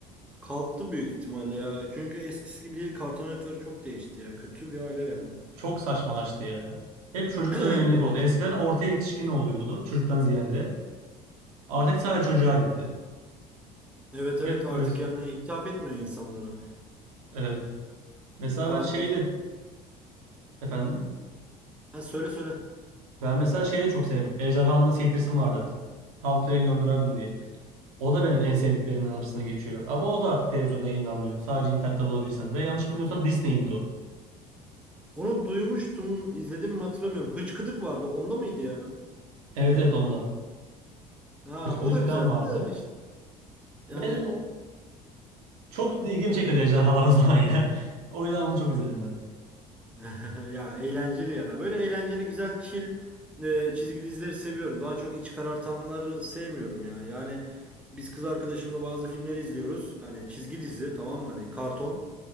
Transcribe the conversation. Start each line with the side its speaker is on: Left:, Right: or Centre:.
Centre: Kalktı büyük ihtimalle ya. Çünkü eskisi gibi değil. Kartal Network çok değişti ya. Kötü bir hale geldi.
Right: çok saçmalaştı ya. Hep çocuklara
Centre: <clears throat>
Right: yönelik
Centre: Evet.
Right: oldu. Eskiden ortaya yetişkin oluyordu çocuktan ziyade. Artık sadece çocuğa gitti.
Centre: Evet evet
Right: Hep
Centre: artık
Right: böyle.
Centre: yani hitap etmiyor insanlara.
Right: Evet. Mesela
Centre: Kart...
Right: ben şeyi de efendim.
Centre: Ha, söyle söyle.
Right: Ben mesela şeyi de çok severim. Ejderhanı Nasıl Eğitirsin vardı. How to Train Your Dragon diye. O da benim en sevdiklerimden arasına geçiyor. Ama o da artık televizyonda yayınlanmıyor. Sadece internette bulabilirsen. Ve yanlış bilmiyorsam Disney'indi o.
Centre: Onu duymuştum, izledim mi hatırlamıyorum. Hıçkıdık vardı. Onda mıydı ya?
Right: Evet evet onda.
Centre: Ha,
Right: Irkçılık
Centre: o da
Right: falan
Centre: güzeldi
Right: vardı.
Centre: de işte. Yani
Right: Benim çok ilgimi çekiyordu ejderhalar o zaman ya. O yüzden onu çok izledim ben.
Centre: <laughs> ya eğlenceli ya. Böyle eğlenceli, güzel, chill e, çizgi dizileri seviyorum. Daha çok iç karartanları sevmiyorum ya. Yani biz kız arkadaşımla bazı filmleri izliyoruz. Hani çizgi dizi tamam mı? Hani karton.